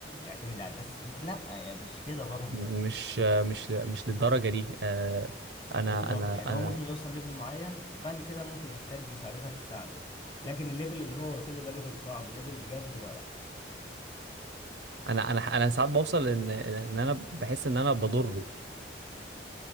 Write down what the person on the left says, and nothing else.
يعتمد عليه بس لا يعني مش كده برضه
بالظبط
يعني
هو ممكن يوصل ليفل معين بعد كده ممكن يحتاج مساعدتك تساعده لكن الليفل اللي هو وصل له ده ليفل صعب ليفل بجد بقى.